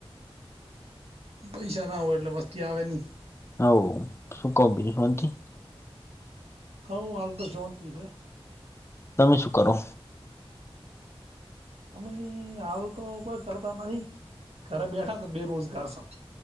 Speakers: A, on the right (about 85°); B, on the left (about 25°).
A: પૈસા ના હોય એટલે વસ્તી આવે ની
B: <unintelligible>
A: <unintelligible>
B: તમે શું કરો
A: અમે હાલ તો કઈ કરતા નથી ઘરે બેઠા છે બેરોજગાર સા